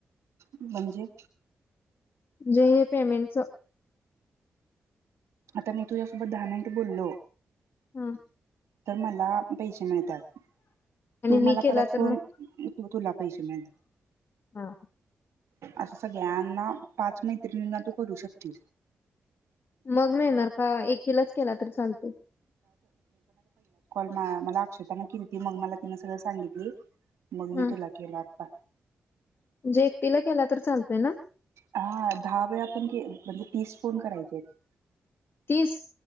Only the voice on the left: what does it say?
जे हे पेमेंटच.
हा
आणि
मी
केला
तर
मग
हा
मग मिळणार का, एकीलाच केला तरी चालतोय?
हम,
म्हणजे एकटीला केला तर चालतोय ना?
तीस